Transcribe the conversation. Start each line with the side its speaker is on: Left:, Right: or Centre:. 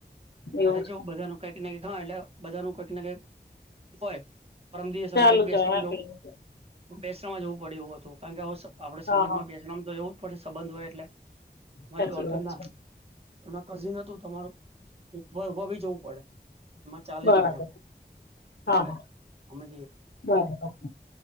Left: પડે
Right: એટલે
Left: એવું
Right: જો
Left: છે
Right: બધાનું કંઈક ને કંઈક, હા એટલે બધાનું કંઈક ને કંઈક હોય પરમ દિવસે
Left: ચાલુ
Right: અમારે એક બેસનામ
Left: જાય હા
Right: જવ
Left: કઈ નઈ.
Right: બેસણાંમાં જવું પડ્યું હતું. કારણ કે હવે સ આપણે
Left: હા
Right: સમાજમાં
Left: હા
Right: બેસ ણાંમ તો જવું જ પડે, સંબંધ હોય એટલે. મારી
Left: સાચી
Right: ડોટરના
Left: વાત છે
Right: નકર <unintelligible> જવું પડે. એમાં ચાલે
Left: બરાબર.
Right: નહી એમ
Left: હા,
Right: એટલે
Left: હા.
Right: અમે
Left: બરાબર.